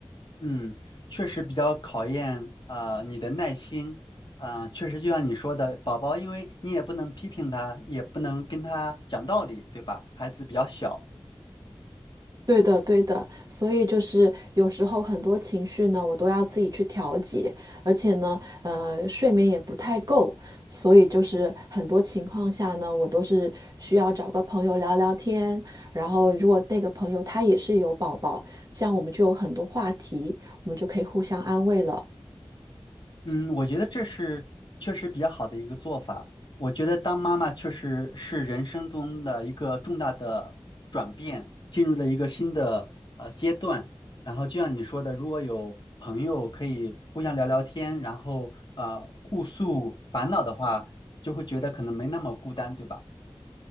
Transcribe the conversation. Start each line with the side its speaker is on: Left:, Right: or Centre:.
Left: 嗯，确实比较考验啊、你的耐心。啊、确实就像你说的，宝宝因为你也不能批评他，也不能跟他讲道理，对吧？孩子比较小。
Right: 对的，对的，所以就是有时候很多情绪呢，我都要自己去调节，而且呢，呃，睡眠也不太够，所以就是很多情况下呢，我都是需要找个朋友聊聊天，然后如果那个朋友他也是有宝宝，这样我们就有很多话题，我们就可以互相安慰了。
Left: 嗯，我觉得这是确实比较好的一个做法。我觉得当妈妈确实是人生中的一个重大的转变，进入了一个新的呃阶段。然后就像你说的，如果有朋友可以互相聊聊天，然后呃互诉烦恼的话，就会觉得可能没那么孤单，对吧？